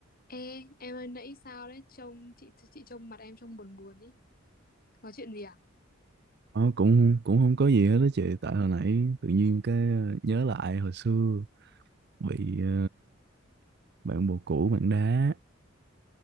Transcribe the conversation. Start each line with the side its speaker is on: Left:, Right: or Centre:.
Left: Ê, em ơi nãy sao đấy trông chị chị trông mặt em trông buồn buồn ý có chuyện gì à
Right: Ờ, cũng cũng không có gì hết đó chị tại hồi nãy tự nhiên cái ờ, nhớ lại hồi xưa bị ờ, bạn bồ cũ bạn đá